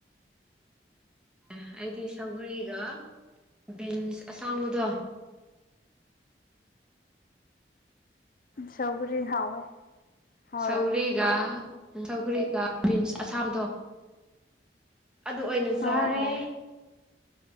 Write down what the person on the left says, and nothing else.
ꯁꯧꯒꯔꯤ ꯍꯥꯎꯋꯦ꯫ ꯍꯣꯏ
ꯑꯣ ꯑꯣ